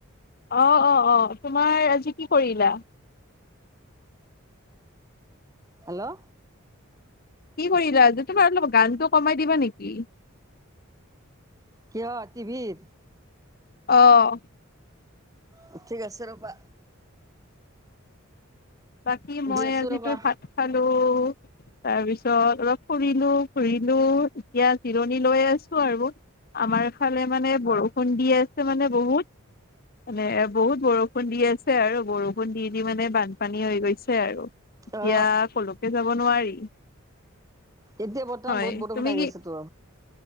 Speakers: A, on the left; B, on the right.
A: অ-অ-অ তোমাৰ আজি কি কৰিলা?
B: হেল্ল',
A: কি কৰিলা আজি তোমাৰ অলপ গানটো কমাই দিবা নেকি?
B: কিয় টি ভিৰ?
A: অহ
B: অ, ঠিক আছে ৰ'বা।
A: বাকী মই
B: দি আছো
A: আজিতো
B: ৰ'বা
A: ভাত খালো। তাৰপিছত অলপ ফুৰিলোঁ ঘুৰিলোঁ এয়াত জিৰণি লৈ আছো আৰু আমাৰ ফালে মানে বৰষুণ দি আ মানে বহুত মানে বহুত বৰষুণ দি আছে আৰু বৰষুণ দি দি মানে বান পানী হৈ গৈছে, আৰু এতিয়া
B: অ
A: কলৈকে যাব নোৱাৰি
B: এতিয়া বৰ্তমান
A: হয়
B: বহুত বৰষুণ
A: তুমি
B: আহি
A: কি
B: আছে তো।